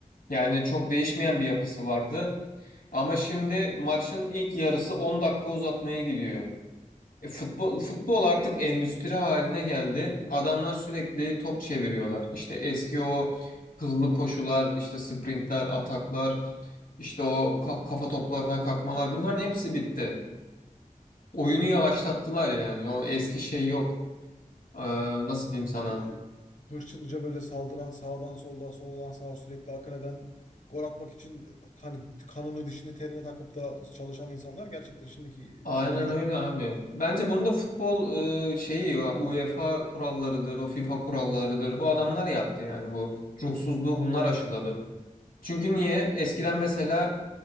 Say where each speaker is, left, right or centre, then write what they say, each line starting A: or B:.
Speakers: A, on the left (about 85°); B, on the left (about 60°).
A: Yani çok değişmeyen bir yapısı vardı. Ama şimdi maçın ilk yarısı 10 dakika uzatmaya gidiyor. E, futbol futbol artık endüstri haline geldi. Adamlar sürekli top çeviriyorlar. İşte eski o hızlı koşular, işte sprintler, ataklar, işte o ka- kafa toplarına kalkmalar bunların hepsi bitti. Oyunu yavaşlattılar yani. O eski şey yok. Ee, nasıl diyeyim sana?
B: Eski hırçınca böyle saldıran sağdan soldan soldan sağa sürekli akın eden gol atmak için e, hani kanını dişini terine takıp da çalışan insanlar gerçekten şimdiki
A: Aynen
B: şeyde yok.
A: öyle abi. Bence bunu da futbol e, şeyi UEFA kurallarıdır, o FIFA kurallarıdır. Bu adamlar yaptı yani bu ruhsuzluğu bunlar aşıladı. Çünkü niye? Eskiden mesela